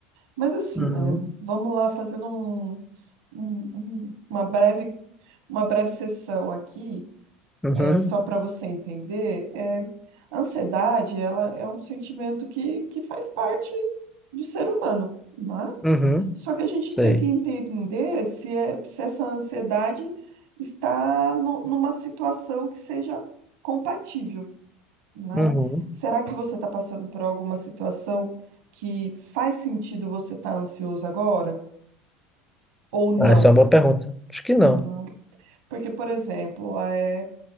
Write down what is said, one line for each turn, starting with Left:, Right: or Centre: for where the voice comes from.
Right: Mas assim,
Centre: Uhum,
Right: né? Vamos lá fazendo um- um- um- uma breve, uma breve sessão aqui,
Centre: uhum,
Right: é, só para você entender. É, a ansiedade, ela é um sentimento que, que faz parte do ser humano, né?
Centre: uhum,
Right: Só que a gente
Centre: sei.
Right: tem que entender se, é, se essa ansiedade está no- numa situação que seja compatível, né?
Centre: Uhum.
Right: Será que você está passando por alguma situação que faz sentido você estar ansioso agora ou não?
Centre: Ah, essa é uma boa pergunta. Acho que
Right: Não.
Centre: não.
Right: Porque, por exemplo, é,